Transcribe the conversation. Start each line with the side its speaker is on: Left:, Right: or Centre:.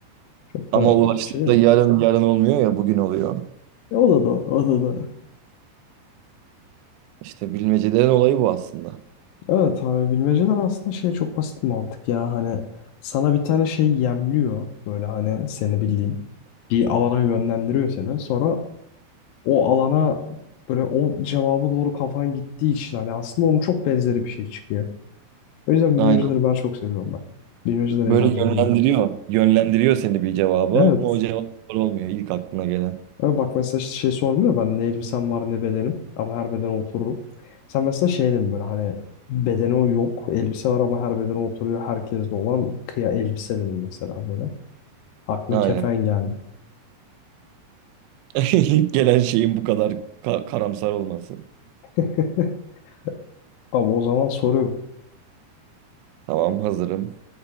Left: çok
Right: Ama
Left: da
Right: ulaştıkta
Left: bir şey yok.
Right: yarın yarın olmuyor ya bugün oluyor.
Left: E, o da doğru, o da doğru.
Right: İşte bilmecelerin olayı bu aslında.
Left: Evet hani bilmeceler aslında şey çok basit bir mantık ya. Hani sana bir tane şey yemliyor. Böyle hani seni bildiğin. Bir alana yönlendiriyor seni. Sonra o alana böyle o cevaba doğru kafan gittiği için hani aslında onun çok benzeri bir şey çıkıyor. O yüzden bilmeceleri
Right: Aynen.
Left: ben çok seviyorum bak. Bilmeceler
Right: Böyle
Left: eğlenceli
Right: yönlendiriyor.
Left: geliyor.
Right: Yönlendiriyor seni bir cevaba
Left: Evet
Right: ama o cevap doğru olmuyor ilk aklına gelen.
Left: Ama bak mesela işte şey sordum ya ben ne elbisem var ne bedenim ama her bedene otururum. Sen mesela şey dedin böyle hani bedeni o yok elbise var ama her bedene oturuyor herkeste olan kıya elbise dedim mesela böyle. Aklıma
Right: Aynen.
Left: kefen geldi.
Right: <laughs> İlk gelen şeyin bu kadar ka- karamsar olması.
Left: <laughs> Ama o zaman soruyorum.
Right: Tamam hazırım.